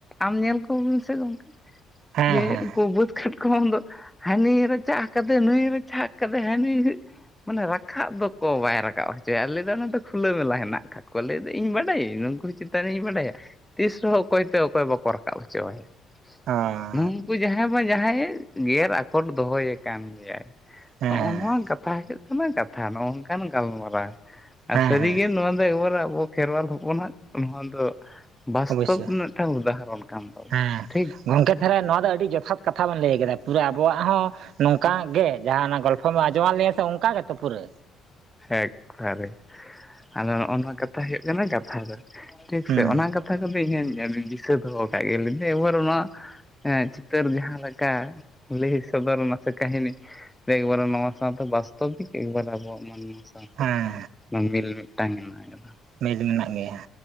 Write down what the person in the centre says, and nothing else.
ᱟᱢ ᱧᱮᱞ ᱠᱚᱢ ᱥᱮ ᱜᱚᱝᱠᱮ,
ᱡᱮ
ᱩᱝᱠᱩ ᱵᱟᱹᱛ᱾ ᱠᱟᱴᱠᱚᱢ ᱫᱚ ᱦᱟᱱᱤ ᱮ ᱨᱟᱪᱟᱜ ᱠᱟᱫᱮ ᱱᱩᱭ ᱮ ᱨᱟᱪᱟᱜ ᱠᱟᱫᱮ ᱦᱟᱹᱱᱤ ᱢᱟᱱᱮ ᱨᱟᱠᱷᱟᱠ ᱫᱚᱠᱚ ᱵᱟᱭ ᱨᱟᱠᱟᱵ ᱦᱚᱪᱚᱭᱟ ᱟᱞᱮ ᱫᱚ ᱚᱱᱟ ᱫᱚ ᱠᱷᱩᱞᱟᱹ ᱢᱮᱞᱟ ᱦᱮᱱᱟᱜ ᱠᱷᱟᱠ ᱠᱚᱣᱟ ᱞᱟᱹᱭ ᱫᱟᱹᱧ ᱾ ᱤᱧ ᱵᱟᱰᱟᱭᱟᱹᱧ ᱱᱩᱝᱠᱩ ᱪᱮᱛᱟᱱᱤᱧ ᱤᱧ ᱵᱟᱰᱟᱭᱟ ᱛᱤᱥ ᱨᱮᱦᱚᱸ ᱚᱠᱚᱭᱛᱮ ᱚᱠᱚᱭ ᱵᱟᱠᱚ ᱨᱟᱠᱟᱵ ᱦᱚᱪᱚ ᱟᱭᱟ ᱾ <inaudible>
ᱱᱩᱝᱠᱩ ᱡᱟᱦᱟᱸᱭ ᱵᱟᱝ ᱡᱟᱦᱟᱸᱭᱮ ᱜᱮᱨ ᱟᱠᱚᱴ ᱫᱚᱦᱚᱭᱮ ᱠᱟᱱ ᱜᱮᱭᱟᱭ
ᱱᱚᱜᱼᱱᱚᱣᱟ ᱠᱟᱛ ᱛᱷᱟ ᱦᱩᱭᱩᱜ ᱠᱟᱱᱟ ᱠᱟᱛᱷᱟ ᱱᱚᱜᱝᱠᱟᱱ ᱜᱟᱞᱢᱟᱨᱟᱣ
ᱥᱟᱹᱨᱤᱜᱮ
ᱱᱚᱣᱟ ᱫᱚ ᱮᱠᱵᱟᱨ ᱟᱵᱚ ᱠᱷᱮᱨᱣᱟᱞ ᱦᱚᱯᱚᱱᱟᱜ, ᱱᱚᱣᱟ ᱫᱚ ᱵᱟᱥᱛᱚᱵ
ᱢᱤᱫᱴᱟᱝ ᱩᱫᱟᱦᱚᱨᱚᱱ ᱠᱟᱱ ᱛᱟᱵᱚᱱᱟ
ᱴᱷᱤᱠ᱾
ᱮᱠᱵᱟᱨᱮ ᱟᱫᱚ ᱱᱚᱜᱼᱚ ᱱᱚᱣᱟ ᱠᱟᱛᱷᱟ ᱦᱩᱭᱩᱜ ᱠᱟᱱᱟ ᱜᱟᱛᱷᱟ ᱫᱚ ᱴᱷᱤᱠ
ᱥᱮ ᱚᱱᱟ ᱠᱟᱛᱷᱟ ᱠᱟᱛᱷᱟ ᱠᱚᱫᱚ ᱤᱧᱦᱚᱧ ᱫᱤᱥᱟᱹ ᱫᱚᱦᱚ ᱟᱠᱟᱜ ᱜᱮᱭᱟ ᱞᱟᱹᱭᱫᱟᱹᱧ ᱮᱵᱟᱨ ᱱᱚᱣᱟ ᱦᱮᱸ ᱪᱤᱛᱟᱹᱨ ᱡᱟᱦᱟᱸ ᱞᱮᱠᱟ ᱞᱟᱹᱭ ᱥᱚᱫᱚᱨᱱᱟ ᱥᱮ ᱠᱟᱹᱦᱤᱱᱤ ᱮᱠᱵᱟᱨᱮ ᱱᱚᱣᱟ ᱥᱟᱶᱛᱮ ᱵᱟᱥᱛᱚᱵᱤᱠ ᱮᱵᱟᱨᱮ ᱟᱵᱚᱣᱟᱜ ᱢᱟᱸᱱᱢᱤ <unintelligible>
ᱢᱤᱞ ᱢᱤᱫᱴᱟᱝ ᱦᱮᱱᱟᱜ ᱟᱠᱟᱫᱟ᱾